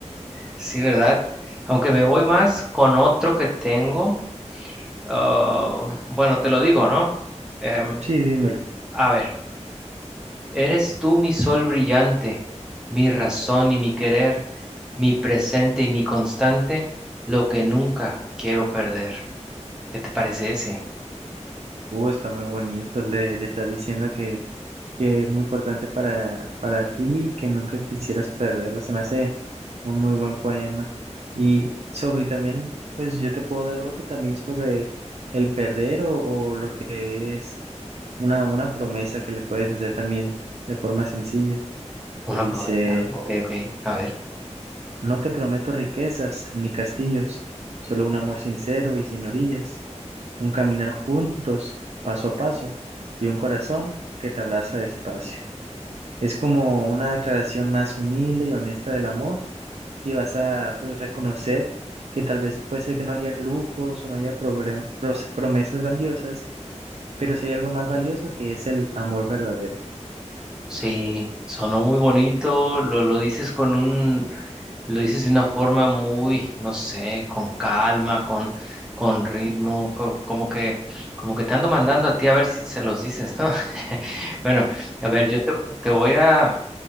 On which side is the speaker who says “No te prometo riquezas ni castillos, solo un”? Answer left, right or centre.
Right